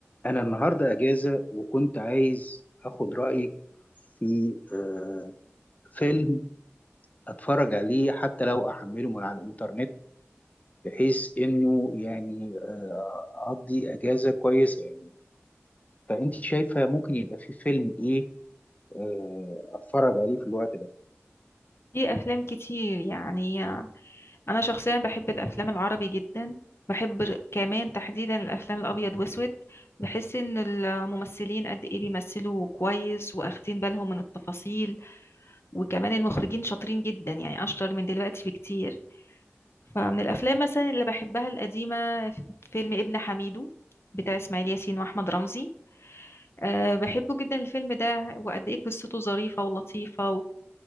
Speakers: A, on the left; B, on the left.
A: أنا النهاردة أجازة وكنت عايز أخد رأيك في آه، فيلم أتفرج عليه حتى لو أحمله من على الإنترنت بحيث إنه يعني آه، أقضي أجازة كويسة يعني فأنت شايفة ممكن يبقى في فيلم إيه آه، أتفرج عليه في الوقت ده
B: في افلام كتير يعني انا شخصيا بحب الافلام العربي جدا بحب ر- كمان تحديدا الافلام الابيض واسود بحس ان الممثلين قد ايه بيمثلوا كويس واخدين بالهم من التفاصيل وكمان المخرجين شاطرين جدا يعني اشطر من دلوقتي بكتير فمن الافلام مثلا اللي بحبها القديمة فيلم ابن حميدو بتاع اسماعيل ياسين واحمد رمزي أه بحبه جدا الفيلم ده وقد ايه قصته ظريفة ولطيفة